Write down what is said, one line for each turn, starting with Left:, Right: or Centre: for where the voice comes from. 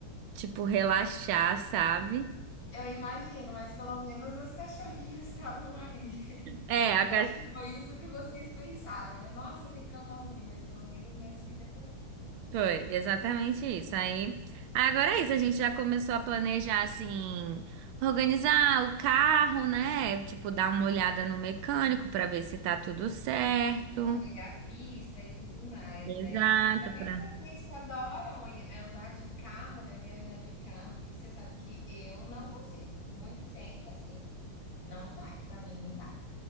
Right: tipo, relaxar, sabe?
Left: Eu imagino, mas pelo menos as cachorrinhas estavam ali.
Right: É,
Left: <laughs>
Right: a
Left: Eu
Right: casa...
Left: acho que foi isso que vocês pensaram, né? Nossa, que cama ruim, mas pelo menos minhas filhas estão aqui.
Right: Foi, exatamente isso. Aí, agora é isso, a gente já começou a planejar, assim, organizar o carro, né? Tipo, dar uma olhada no mecânico pra ver se tá tudo certo.
Left: Pra pegar a pista e tudo mais,
Right: Exato,
Left: né. Ainda mais
Right: pra...
Left: vocês que adoram aí andar de carro, né, viajar de carro, que você sabe que eu não consigo, muito tempo, assim, não vai, pra mim não dá.